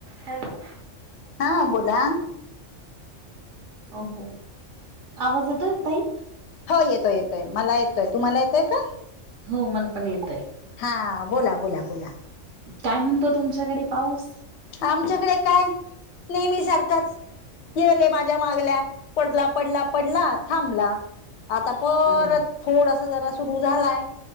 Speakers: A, on the right (about 70°); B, on the left (about 65°).
A: Hello!
B: हा बोला!
A: हो आवाज येतोय तई?
B: हो येतोय येतोय, मला येतोय, तुम्हाला येतय का?
A: हो मला पण येतोय
B: हा बोला, बोला, बोला.
A: काय म्हणतो तुमच्याकडे पाऊस.
B: आमच्याकडे काय, नेहमी सारखाच. ये रे माझ्या मागल्या, पडला पडला पडला थांबला आता परत
A: अरे
B: थोडस जरा सुरु झालाय